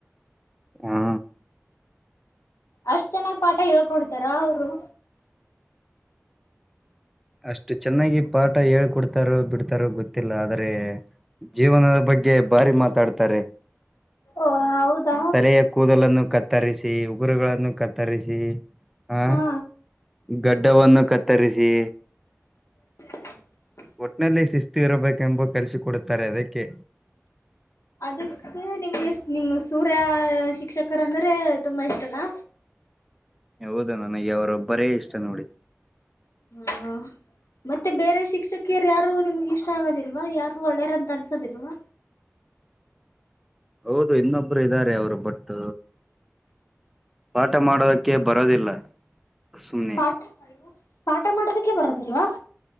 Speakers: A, in the centre; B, on the left.
A: ಹಾ
B: ಅಷ್ಟ ಚೆನ್ನಾಗ್ ಪಾಠ ಹೇಳ್ಕೊಡ್ತಾರ ಅವರು
A: ಅಷ್ಟು ಚೆನ್ನಾಗಿ ಪಾಠ ಹೇಳ್ಕೊಡ್ತಾರೋ ಬಿಡ್ತಾರೋ ಗೊತ್ತಿಲ್ಲ ಆದ್ರೆ ಜೀವನದ ಬಗ್ಗೆ ಭಾರಿ ಮಾತಾಡ್ತಾರೆ
B: ಓಹ ಹೌದಾ
A: ತಲೆಯ ಕೂದಲನ್ನು ಕತ್ತರಿಸಿ ಉಗುರುಗಳನ್ನು ಕತ್ತರಿಸಿ ಹ
B: ಹಾ
A: ಗಡ್ಡವನ್ನು ಕತ್ತರಿಸಿ
B: <inaudible>
A: ಒಟ್ ನಲ್ಲಿ ಶಿಸ್ತು ಇರಬೇಕೆಂಬ ಕಲಿಸಿಕ ಕೊಡುತ್ತಾರೆ ಅದಕ್ಕೆ
B: ಅದಕ್ಕೆ ನಿಮ್ಗೆ ನಿಮ್ ಸೂರ್ಯ ಶಿಕ್ಷಕರಂದ್ರೆ ತುಂಬಾ ಇಷ್ಟನಾ
A: ಹೌದಾ ನನಗೆ ಅವರೊಬ್ಬರೇ ಇಷ್ಟ ನೋಡಿ
B: ಹ ಮತ್ತೆ ಬೇರೆ ಶಿಕ್ಷಕಿಯರು ಯಾರು ನಿಮ್ಗೆ ಇಷ್ಟ ಆಗೋದಿಲ್ವಾ ಯಾರು ಒಳ್ಳೇರಂತ ಅನ್ಸೋದಿಲ್ವಾ
A: ಹೌದು ಇನ್ನೊಬ್ಬರು ಇದ್ದಾರೆ ಅವರು ಬಟ್ ಪಾಠ ಮಾಡೋದಕ್ಕೆ ಬರೋದಿಲ್ಲ ಸುಮ್ನೆ
B: ಪಾಠ ಪಾಠ ಮಾಡದಕ್ಕೆ ಬರೋದಿಲ್ವಾ